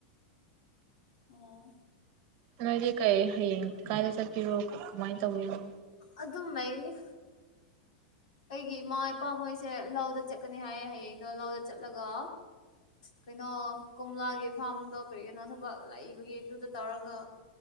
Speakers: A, on the left; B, on the right.
A: ꯑꯣ
B: ꯅꯣꯏꯗꯤ ꯀꯩ ꯍꯌꯦꯡ ꯀꯥꯏꯗ ꯆꯠꯄꯤꯔꯣ ꯀꯃꯥꯏꯅ ꯇꯧꯏꯅꯣ?
A: ꯑꯗꯨꯝ ꯂꯩꯒꯅꯤ ꯑꯩꯒꯤ ꯏꯃꯥ ꯏꯄꯥ ꯃꯣꯏꯁꯦ ꯂꯧꯗ ꯆꯠꯀꯅꯤ ꯍꯥꯏꯌꯦ ꯍꯌꯦꯡꯗꯣ ꯂꯧꯗ ꯆꯠꯂꯒ ꯀꯩꯅꯣ ꯀꯣꯝꯂꯥꯒꯤ ꯐꯥꯔꯝꯗꯣ ꯀꯔꯤꯅꯣ ꯊꯕꯛ ꯂꯩꯕꯒꯤ ꯑꯗꯨꯗ ꯇꯧꯔꯒ